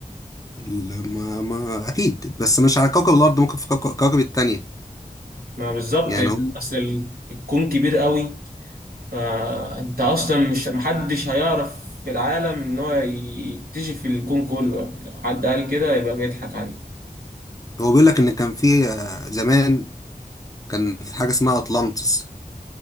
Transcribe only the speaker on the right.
ما بالظبط
أصل ال- الكون كبير قوي فأنت أصلا مش محدش هيعرف في العالم إن هو يكتشف الكون كله يعني حد قال كده يبقى بيضحك عليه